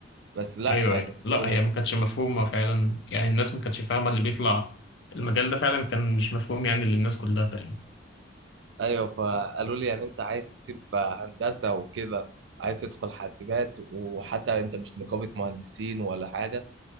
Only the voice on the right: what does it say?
بس لا
فهمتهم
الد-
ايوه فقالوا لي يعني انت عايز تسيب آه، هندسه وكده عايز تدخل حاسبات وحتى انت مش نقابه مهندسين ولا حاجه